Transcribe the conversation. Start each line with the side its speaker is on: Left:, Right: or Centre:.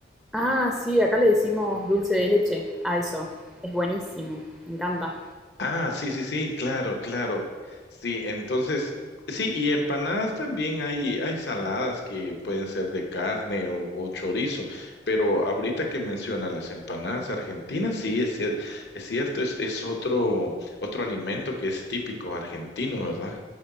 Centre: Ah, sí, acá le decimos dulce de leche a eso. Es buenísimo, me encanta.
Left: Ah, sí, sí, sí, claro, claro. Sí, entonces, sí, y empanadas también hay, hay saladas que pueden ser de carne o, o chorizo, pero ahorita que menciona las empanadas argentinas, sí, es, cier- es cierto, es, es otro, otro alimento que es típico argentino, ¿verdad?